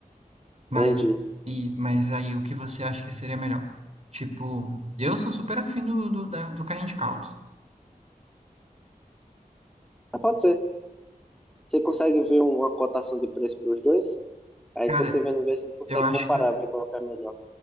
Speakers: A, on the right; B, in the centre.
A: Mas
B: entendi.
A: e mas aí o que você acha que seria melhor? Tipo, eu sou super afim do, do, da- do carrinho de caldos.
B: Ah, pode ser. Você consegue ver uma cotação de preço para os dois? Aí
A: Cara,
B: que você vendo, vê, a gente consegue
A: eu acho
B: comparar,
A: que
B: ver qual que é melhor.